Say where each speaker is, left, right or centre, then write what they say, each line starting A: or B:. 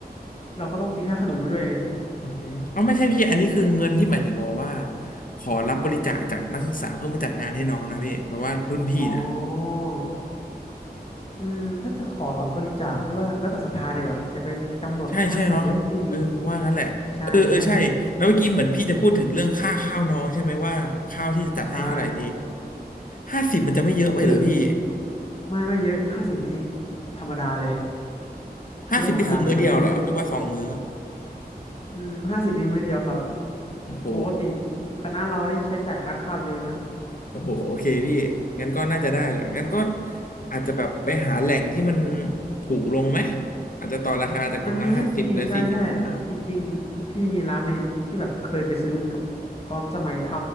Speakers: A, on the left; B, on the left.
A: เราก็ต้องตีค่าขนมไปด้วยไง
B: อืมอ๋อไม่ใช่พี่อันนี้คือเงินที่หมายถึงว่าว่าขอรับบริจาคจากนักศึกษาเพื่อมาจัดงานให้น้องนะพี่แบบว่ารุ่นพี่นะ
A: อ๋อ อืมถ้าจะขอรับบริจาคพี่ว่าแล้วแต่ศรัทธาดีกว่าจะไปกำหนดห้าสิบเลยไม่ดี
B: ใช่ใช่เนาะเออผมว่างั้นแหละเออเออใช่แล้วเมื่อกี้เหมือนพี่จะพูดถึงเรื่องค่าข้าวน้องใช่ไหมว่าข้าวที่จะจัดให้เท่าไหร่ดี
A: ใช่ใช่ใช่
B: ห้าสิบมันจะไม่เยอะไปเหรอพี่
A: คือไม่ไม่เยอะห้าสิบนี่ธรรมดาเลย
B: ห้าสิบนี่คือมื้อเดียวเหรอหรือว่าสองมื้อ
A: พี่ว่าธรรมดาเลยมันไม่เยอะเลยอืมห้าสิบนี่มื้อเดียวครับ
B: โอ้โห
A: ปกติคณะเรานี่ใช้จ่ายค่าข้าวเยอะนะ
B: โอ้โหโอเคพี่ งั้นก็น่าจะได้แหละงั้นก็อาจจะแบบไปหาแหล่งที่มันถูกลงไหม อาจจะต่อราคาจากกล่องละห้าสิบหรือสี่สิบห้า
A: มันมีมันมีใช่ใช่จริงๆพี่มีร้านในที่แบบเคยไปซื้อกับตอนสมัยท